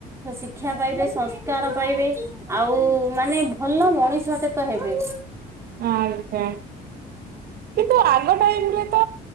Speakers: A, on the right; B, on the right.
A: ଶିକ୍ଷା ପାଇବେ ସଂସ୍କାର ପାଇବେ ଆଉ ମାନେ ଭଲ ମଣିଷଟେ ତ ହେବେ।
B: ଆଛା କିନ୍ତୁ ଆଗ ଟାଇମି ରେ ତ